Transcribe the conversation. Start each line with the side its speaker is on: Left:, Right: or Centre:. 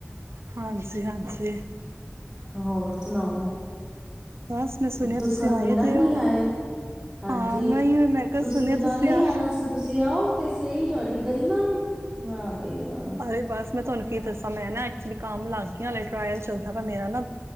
Right: ਹਾਂਜੀ ਹਾਂਜੀ।
Centre: ਹੋਰ ਸੁਣਾਓ।
Right: ਬਸ ਮੈਂ
Centre: ਤੁਸੀ
Right: ਸੁਣਿਆ ਤੁਸੀਂ
Centre: ਸਾਨੂੰ
Right: ਆਏ
Centre: ਮਿਲਣ
Right: ਦੇ
Centre: ਨੀ
Right: ਹੋ
Centre: ਆਏ, ਹਾਂਜੀ
Right: ਹਾਂ ਮੈਂ ਹੀ ਮੈਂ ਕਿਹਾ
Centre: ਤੁਸੀਂ
Right: ਸੁਣਿਆ
Centre: ਤੇ ਨਾਲੇ
Right: ਆ
Centre: ਈ ਆਣਾ ਸੀ, ਤੁਸੀਂ ਆਓ ਤੇ ਸਹੀ। ਤੁਹਾਡੀ ਗੱਲਾਂ ਵਾਹ ਬਈ ਵਾਹ।
Right: ਅਰੇ ਬਸ ਮੈਂ ਤੁਹਾਨੂੰ ਕੀ ਦੱਸਾਂ ਮੈਂ ਨਾ ਐਕਚੁਲੀ ਕਾਮ ਲਾਗ ਗੀ ਆ ਟਰਾਇਲ ਚੱਲਦਾ ਪੈ ਮੇਰਾ ਨਾ।